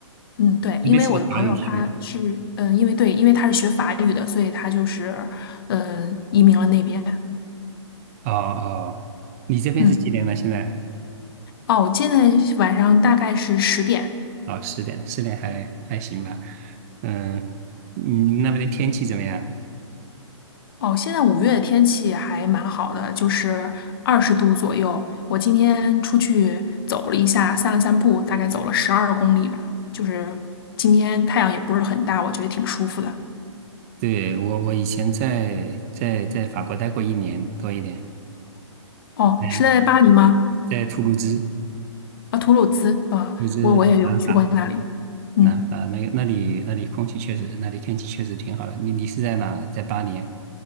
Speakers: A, on the left (about 50°); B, on the right (about 30°).
A: 嗯，对，
B: 那边是个法语区，
A: 因为我的朋友他是，嗯，因为对，因为他是学法语的，所以他就是，嗯，移民了那边。
B: 哦哦，你这边是几点了？
A: 嗯，
B: 现在？
A: 哦，我现在晚上大概是十点。
B: 哦，十点，十点还还行吧，嗯，你们那边的天气怎么样？
A: 哦，现在五月的天气还蛮好的，就是二十度左右。我今天出去走了一下，散了散步，大概走了十二公里吧。就是今天太阳也不是很大，我觉得挺舒服的。
B: 对，我我以前在在在法国待过一年多一点，
A: 哦，
B: 对，
A: 是在巴黎吗？
B: 在图卢兹，图
A: 啊，吐鲁兹啊，
B: 卢兹南法，
A: 我我也有去过那里。嗯，
B: 南法那个那里那里空气确实，那里天气确实挺好的。你你是在哪呢在巴黎？